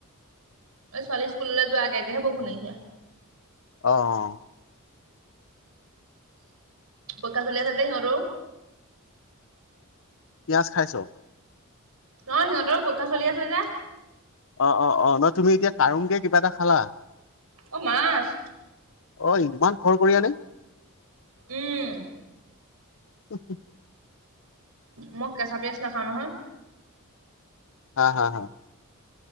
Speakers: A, on the right; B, on the left.
A: এই ছোৱালী স্কুললৈ যোৱাৰ আগে আগেহে বৰষুণ এৰিছে।
B: অ' অ'।
A: পৰীক্ষা চলি আছে যে সিহঁতৰো।
B: পিয়াঁজ খাইছ?
A: নহয়, সিহঁতৰো পৰীক্ষা চলি আছে যে।
B: অ' অ' অ', নহয় তুমি এতিয়া কাৰমকে কিবা এটা খালা।
A: অ' মাছ।
B: অ', ইমান খৰখৰিয়া নে?
A: উম।
B: উ
A: মই কেঁচা পিয়াঁজ নাখাওঁ নহয়।
B: হা হা হা।